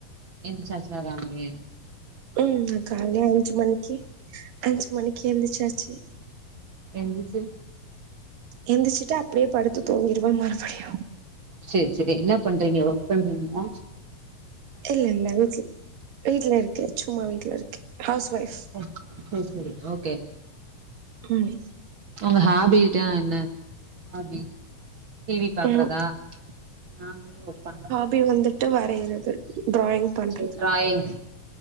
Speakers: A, on the right; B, on the right.
A: எந்திசாச்சா எல்லாருமே
B: ம் அ கால்ல அஞ்சு மணிக்கு அஞ்சு மணிக்கு எந்திரிச்சாச்சு
A: எந்திச்சு
B: எந்திச்சிட்டு அப்டியே படுத்து தூங்கிடுவே மறுபடியு
A: சேர் செரி என்ன பண்றீங்க ஒர்க் பண்றீங்ளா
B: இல்ல இல்ல வீட்ல வீட்ல இருக்க சும்மா வீட்ல இருக்கே ஹவுஸ் ஒய்ஃப்
A: ம் செர் செரி ஓகே
B: ம்
A: உங்க ஹாபி டா என்ன அப்டி டி வி பாக்குறதா
B: ம்
A: நா வந்து ஒர்க் பண்றே
B: தீம் வந்துட்டு வரையிறது டிராயிங் பண்றது
A: சோ டிராயிங்ஸ்